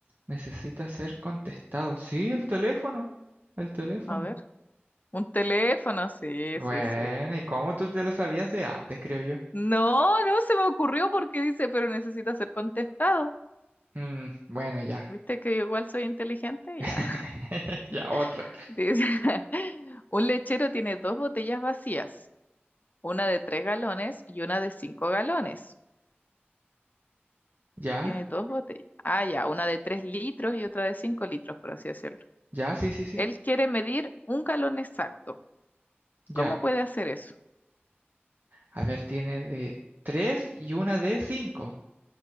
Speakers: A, on the right (about 50°); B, on the left (about 45°).
A: necesita ser contestado. Sí, el teléfono. El teléfono.
B: A ver. Un teléfono, sí,
A: Bueno,
B: sí, sí.
A: ¿y cómo tú te la sabías de antes, creo yo?
B: No, no se me ocurrió porque dice, pero necesita ser contestado.
A: Mm, bueno, ya.
B: ¿Viste que yo igual soy inteligente?
A: <laughs>
B: Ya.
A: Ya, otra.
B: <laughs> Dice, <laughs> un lechero tiene dos botellas vacías, una de tres galones y una de cinco galones.
A: Ya,
B: Tiene dos botellas. Ah, ya, una de tres litros y otra de cinco litros, por así decirlo.
A: ya, sí, sí, sí.
B: Él quiere medir un galón exacto.
A: Ya.
B: ¿Cómo puede hacer eso?
A: A ver, tiene de tres y una de cinco.